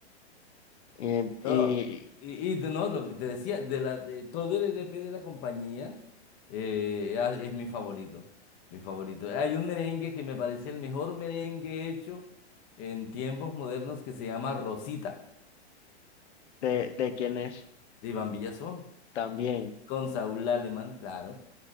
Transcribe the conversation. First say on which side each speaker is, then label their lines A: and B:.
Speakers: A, on the left (about 75°); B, on the left (about 20°).
A: en- y,
B: No, y, y de- no, lo que te decía, de la, de todo el LP de la compañía eh, a- es mi favorito, mi favorito. Hay un merengue que me parece el mejor merengue hecho en tiempos modernos que se llama Rosita,
A: de, de quienes
B: de Iván Villazón,
A: también
B: con Saúl Alemán, claro.